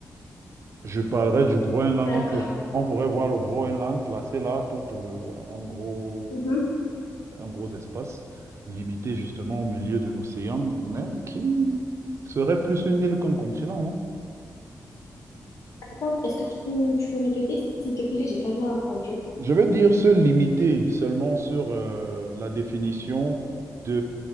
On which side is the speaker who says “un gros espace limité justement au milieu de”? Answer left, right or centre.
Right